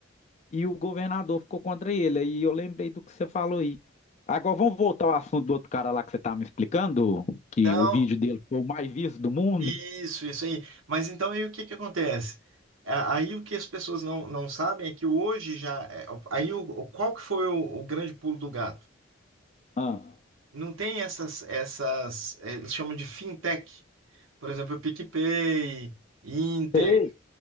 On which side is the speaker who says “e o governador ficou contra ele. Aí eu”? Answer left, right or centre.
Left